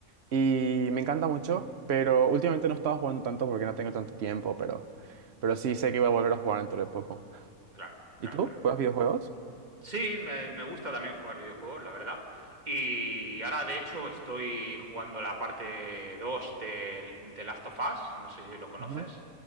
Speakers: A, on the right; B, on the right.
A: Y me encanta mucho, pero últimamente no he estado jugando tanto porque no tengo tanto tiempo, pero, pero sí sé que voy a volver a jugar dentro de poco.
B: Claro,
A: ¿Y
B: claro,
A: tú?
B: claro.
A: ¿Juegas videojuegos?
B: Sí, me, me gusta también jugar videojuegos, la verdad. Y ahora, de hecho, estoy jugando la parte 2 de, de Last of Us. No sé si lo conoces.
A: Ujú.